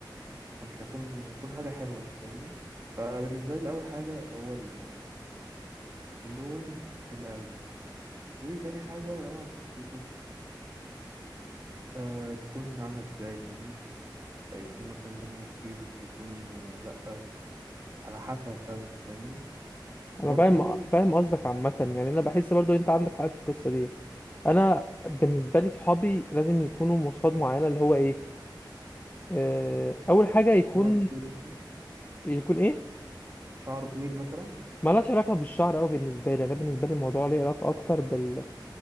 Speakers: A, on the right (about 35°); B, on the left (about 25°).
A: فمش هيكون مش هيكون حاجه حلوه انت فاهمني فبالنسبه لي اول حاجه هو ال- اللون القلب وتاني حاجه طبعا شخصيته آه تكون عامله ازاي فاهمني آه، يكون مثلا دمه تقيل يكون آه لا على حسب بقى انت فاهمني برضو
B: انا فاهم فاهم قصدك عامه يعني انا بحس برضو ان انت عندك حق في القصه دي انا بالنسبه لي صحابي لازم يكونوا مواصفات معينه اللي هو ايه آه، اول حاجه يكون
A: شعر طويل مثلا
B: يكون ايه
A: شعر طويل مثلا
B: ملهاش علاقه بالشعر أوي بالنسبه لي انا بالنسبه لي الموضوع ليه علاقه اكتر بال